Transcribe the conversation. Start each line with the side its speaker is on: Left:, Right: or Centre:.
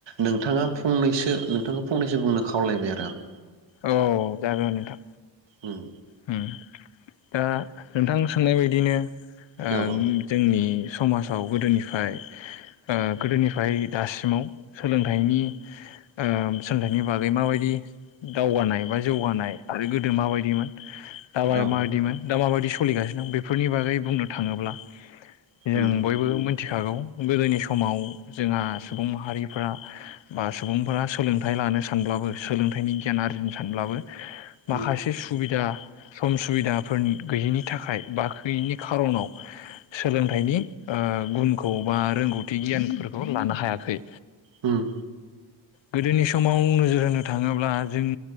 Right: नोंथाङा फंनैसो नोंथांखौ फंनैसो बुंनो खावलायबाय आरो आं।
Left: औ औ औ जागोन नोंथां
Right: उम
Left: हम दा नोंथां सोंनाय बायदिनो ओं
Right: औ औ
Left: जोंनि समाजाव गोदोनिफ्राय ओ गोदोनिफ्राय दासिमाव सोलोंथाइनि ओ सोलोंथाइनि बागै माबायदि दावगानाय बा जौगानाय आरो गोदो माबायदिमोन <inaudible> दा
Right: औ
Left: माबायदि सलिगासिनो दं बेफोरनि बागै बुंनो थाङोब्ला जों
Right: उम
Left: बयबो मोन थिखागौ गोदोनि समाव जोंहा सुबुं माहारि फोरा बा सुबुंफोरा सोलोंथाइ लानो स सानब्लाबो सोलोंथाइनि ग्रिनो सानब्लाबो
Right: उम औ उम औ उम औ उम औ उम औ उम
Left: माखासे सुबिदा सम सुबिदाफोर गैयैनि थाखाय बा खोयैनि खारनाव सोलोंथाइनि ओ बन <unintelligible> खौबा रोंगौथि गियानफोरखौ बेखौ लानो हायाखै
Right: उम
Left: गोदोनि समाव नोजोर होनो थाङोब्ला जों